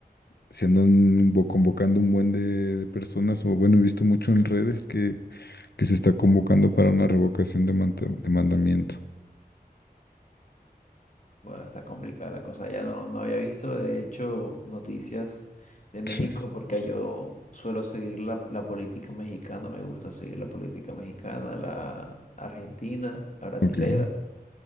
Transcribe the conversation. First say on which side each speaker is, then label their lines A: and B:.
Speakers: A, on the left; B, on the left.
A: se andan bo- convocando un buen de, de personas, o bueno, he visto mucho en redes que, que se está convocando para una revocación de, manta- de mandamiento.
B: Bueno, está complicada la cosa. Ya no, no había visto, de hecho, noticias de México
A: Sí,
B: porque yo suelo seguir la, la política mexicana, me gusta seguir la política mexicana, la argentina, la brasilera
A: ok,